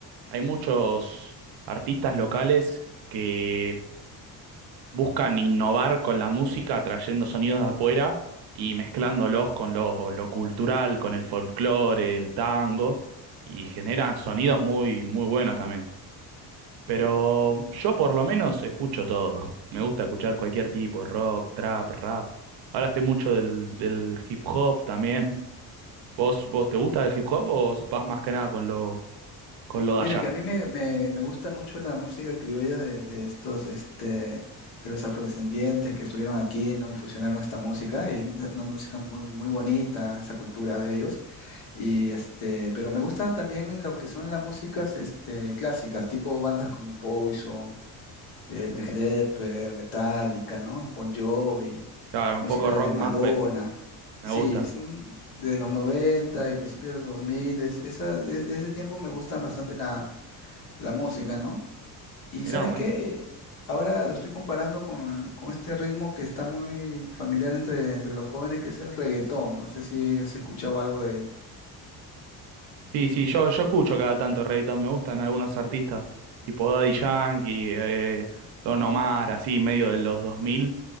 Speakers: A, on the right (about 70°); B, on the left (about 65°).
A: Hay muchos artistas locales que buscan innovar con la música, trayendo sonidos de afuera y mezclándolos con lo, lo cultural, con el folclore, el tango, y generan sonidos muy, muy buenos también. Pero yo por lo menos escucho todo. <laughs> Me gusta escuchar cualquier tipo, rock, trap, rap. Ahora estoy mucho del, del hip hop también. ¿Vos, vos te gusta el hip hop o vas más que nada con lo, con lo
B: Mira,
A: de allá?
B: que a mí me, me- me gusta mucho la música criolla de, de estos, este, de los afrodescendientes que estuvieron aquí, ¿no? Y fusionaron esta música, y es una, una música muy, muy bonita, esa cultura de ellos. Y este, pero me gusta también lo que son las músicas este, clásicas, tipo bandas como Poison, eh, The Clepper, Metallica, ¿no? Bon Jovi,
A: Claro,
B: música
A: un poco rock
B: de Madonna.
A: más, pe- me
B: Sí,
A: gusta.
B: es un de los 90 y principios de los 2000 es- esa, de, de ese tiempo me gusta bastante la, la música, ¿no? Y
A: Mirá,
B: ¿sabes
A: buenísimo.
B: qué? Ahora lo estoy comparando con, con este ritmo que está muy familiar entre, entre los jóvenes, que es el reggaetón. No sé si has escuchado algo de ello.
A: Sí, sí, yo, yo escucho cada tanto reggaetón, me gustan algunos artistas, tipo Daddy Yankee, eh, Don Omar, así, medio de los 2000.